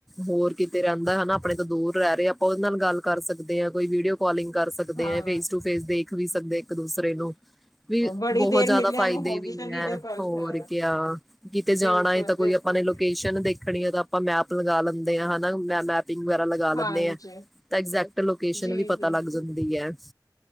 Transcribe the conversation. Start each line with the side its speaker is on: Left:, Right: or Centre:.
Centre: ਹੋਰ ਕਿਤੇ ਰਹਿੰਦੈ ਹੈਨਾ ਅਪਣੇ ਤੋਂ ਦੂਰ ਰੈ ਰਹਿ ਰਿਆ ਅਪਾਂ ਔਦੇ ਨਾਲ ਗੱਲ ਕਰ ਸਕਦੇ ਆਂ, ਕੋਈ ਵੀਡੀਓ ਕੌਲਿੰਗ ਕਰ ਸਕਦੇ
Left: ਹਾਂ
Centre: ਆ ਫੇਸ ਟੂ ਫੇਸ ਦੇਖ ਖ ਵੀ ਸਕਦੇ ਇੱਕ ਦੂਸਰੇ ਨੂੰ। ਵੀ
Left: ਬੜੀ
Centre: ਬਹੁਤ
Left: ਦੇਰ
Centre: ਜਿਆਦਾ
Left: ਮਿਲਿਆਂ
Centre: ਫਾਇਦੇ
Left: ਨੂੰ ਹੋ
Centre: ਵੀ
Left: ਗਈ ਤਾਂ ਵੀਡੀਓ
Centre: ਐ,
Left: ਕਾਲ
Centre: ਹੋਰ
Left: ਹਾਂ
Centre: ਕਿਆ ਕਿਤੇ ਜਾਣਾ
Left: ਬਿਲਕੁਲ
Centre: ਏ ਤਾਂ
Left: ਬਿਲਕੁਲ
Centre: ਕੋਈ ਅਪਣੇ ਲੋਕੇਸ਼ਨ
Left: ਜੀ
Centre: ਦੇਖਣੀ ਐ ਤਾਂ ਆਪਾਂ ਮੈਪ ਲਗਾ ਲੈਣ ਦੇ ਆ ਹੈਨਾ, ਮੈਂ ਮੈਂਪ ਪਿੰਗ ਵਗੈਰਾ ਲਗਾ ਲੈਂਦੇ
Left: ਹਾਂਜੀ
Centre: ਐ, ਤਾਂ ਐਗਜੈਕਟ ਲੋਕੇਸ਼ਨ
Left: ਜੀ
Centre: ਵੀ ਪਤਾ
Left: ਜੀ
Centre: ਲੱਗ ਜਾਂਦੀ ਐ। <inaudible>